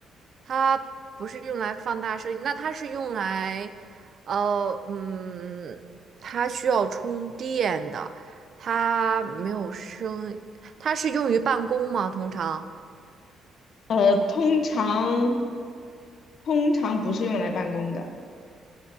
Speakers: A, on the right; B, on the left.
A: 它不是用来放大声音，那它是用来呃嗯，它需要充电的，它没有声，它是用于办公吗？通常
B: 呃，通常通常不是用来办公的。